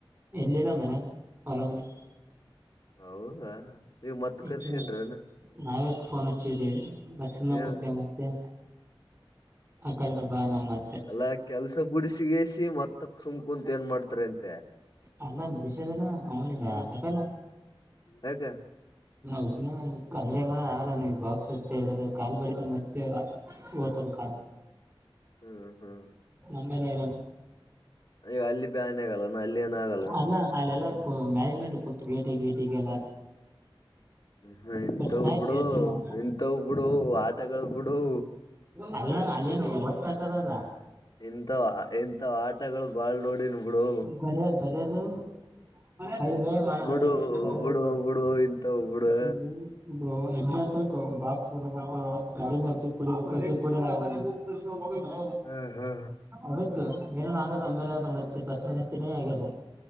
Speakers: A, on the right (about 25°); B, on the left (about 55°).
A: ಎಲ್ಲಿಲ್ಲ ಮನೆ ಹೊಲ ಮನೆ
B: ಹೌದಾ ಈಗ ಮತ್
A: ಈಸ
B: ಕರ್ಸ್ಕೊಂಡ್ರನ್
A: ನಾವೇಕ್ ಫೋನ್ ಹಚ್ಚಿದ್ದೀವಿ ಮಸಿನ
B: ಹೇಳ
A: ಕುಂತ ಮತ್ತೆ ಆ ಕಡೆನ ಬ ನ ಮ
B: ಎಲ್ಲಾ ಕೆಲ್ಸ ಬುಡಸಿಗಸಿ ಮತ್ತ ಸುಂಕ ಕುಂತ ಏನ್ ಮಾಡ್ತಾರೆ ಅಂತ
A: ಅಲ್ಲ ಮುಡಸದಲ್ಲ ಅವನಿಗ
B: ಹ್ಮ್
A: ಹಾಗಲ್ಲ
B: ಯಾಕ
A: ಒಬ್ಬನ ಅಂಗಡಿ ಮಾಡೋದ ಆಗಲ್ಲ ನೀ ಬಾಕ್ಸ್ತ್ತ ಹೇಳದ ಕಾಲ್ ಬಿಡತ ಮತ್ತೆ ಓ್ತದ ಕಾಲ್
B: ಹ್ಮ್ ಹ್ಮ್
A: ಹಂಗನರ
B: ಅಯ್ಯ ಅಲ್ಲಿ ಬಾನ ಆಗಲ್ಲ ಅಲ್ಲಿ ಏನ ಆಗಲ್ಲ
A: ಅಲ್ಲ ಅಲ್ಲೆಲ್ಲ ಮ್ಯಾನೇಜ್ಮೆಂಟ್ ಕುತ್ು ಗೇಟಿ ಗೇಟಿಗೆಲ್ಲ
B: ಹ ಎಂತ
A: ಸಾಯ್ತು
B: ಒಬ್ಬಿಡು
A: ಎಷ್ಟ ಜನ
B: ಎಂತ ಒಬ್ಬಡು ಆಟಗಳು ಬಿಿಡು
A: ಅ ಅಲ್ಲಿನು ಓದ್ತಕದದ
B: ಇಂಥ ಇಂಥ ಆಟಗಳು ಬಾಳ್ ನೋಡಿನ್ ಬಿಡು
A: ಬರಿ ಅರ ಅದು ಕೈ ಬೇ ಮಾಡದೆ
B: ಬಿಡು
A: ಬರದದು
B: ಬಿಡು ಬಿಡು ಇಂಥವ್ ಬಿಡು
A: ಇಲ್ಲಿ ಇ ಎತ್ ಬಾಕ್ಸ್ ಗಾಡಿ ಮೇಲ್ಕ ಕುಡ ಕೂಡ ಹೌದೌದೌ
B: ಹಾ ಹಾ
A: ಅದಕ್ಕೆ ಏನೇನಾದ ಆದ್ರೂ ನಂಬೇಲೆ ಮತ್ತೆ ಪ್ರಶ್ನೆ ಸತಿನೇ ಆಗಲ್ಲ